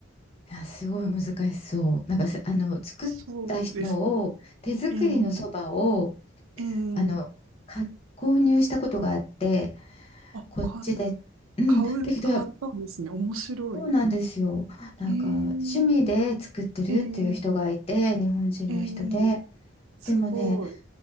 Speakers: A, on the left; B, on the right.
A: あ、すごい難しそう。なんかす、あの、作ったのを、
B: そうですね。
A: 手作りのそばを、
B: ええええ
A: あの、か、購入したことがあって、
B: あ、
A: こう、
B: か、
A: うん、
B: 買う、
A: だけど、
B: 買ったんですね。面白い。
A: そうなんですよ。なんか、
B: ええ
A: 趣味で作ってるっていう人がいて、
B: ええ
A: 日本人の人で。
B: ええすごい。
A: でもね、